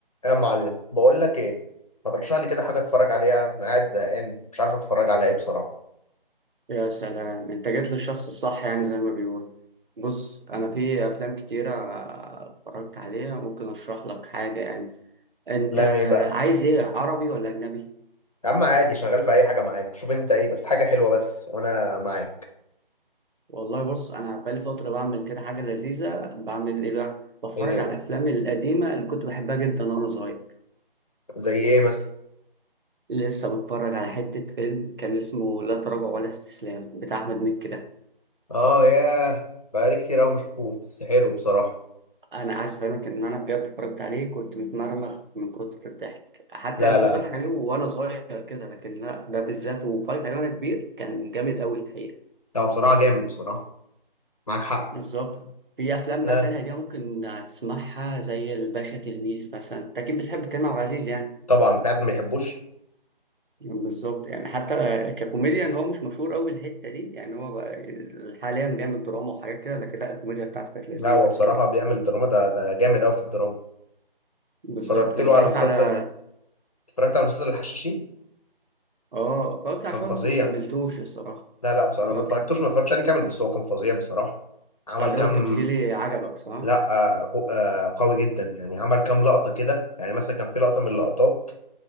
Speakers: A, on the left; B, on the right.
A: يا معلم بقول لك ايه ما ترشح لي كده حاجه اتفرج عليها انا قاعد زهقان مش عارف اتفرج على ايه بصراحه
B: يا سلام انت جيت للشخص الصح يعني زي ما بيقول بص انا في افلام كتيرة اتفرجت عليها ممكن اشرح لك حاجة يعني انت
A: لا ايه بقى
B: عايز ايه عربي ولا اجنبي
A: يا عم عادي شغال في اي حاجه معاك شوف انت ايه بس حاجه حلوه بس وانا معاك
B: والله بص انا بقالي فترة بعمل كده حاجة لذيذة بعمل ايه بقى بتفرج
A: ايه هي؟
B: على الافلام القديمة اللي كنت بحبها جدا وانا صغير
A: زي ايه مثلا
B: لسه بتفرج على حتة فيلم كان اسمه لا تراجع ولا استسلام بتاع احمد مكي ده
A: اه ياه بقالي كتير قوي ما شفتوش بس حلو بصراحه
B: انا عايز افهمك ان انا بجد اتفرجت عليه كنت متمرمغ من كتر الضحك حتى
A: لا
B: ما
A: لا
B: كنتش بضحك عليه وانا صغير كده لكن لا ده بالذات واتفرجت عليه وانا كبير كان جامد قوي الحقيقه
A: لا هو بصراحه جامد بصراحه معاك حق
B: بالظبط في افلام
A: لا
B: بقى تانية دي ممكن تسمعها زي الباشا تلميذ مثلا انت اكيد بتحب كريم عبد العزيز يعني
A: طبعا انت قاعد ما بيحبوش
B: بالظبط يعني حتى ككوميديان هو مش مشهور قوي الحته دي يعني هو بقى حاليا بيعمل دراما وحاجات كده لكن لا الكوميديا بتاعته كانت لذيذه
A: لا هو بصراحه
B: الحقيقه
A: بيعمل دراما ده ده جامد قوي في الدراما
B: بالظبط
A: اتفرجت
B: اتفرجت
A: له على مسلسل
B: على
A: اتفرجت على مسلسل الحشاشين
B: اه اتفرجت على
A: كان
B: شوية
A: فظيع
B: بس ما كملتوش الصراحة
A: لا لا بصراحة
B: اه
A: أنا ما اتفرجتوش
B: كان
A: ما اتفرجتش عليه كامل بس هو كان فظيع بصراحة عمل
B: الأداء
A: كام
B: التمثيلي عجبك صح؟
A: لا آه، قو- آه، قوي جدا يعني عمل كام لقطة كده يعني مثلا كان في لقطة من اللقطات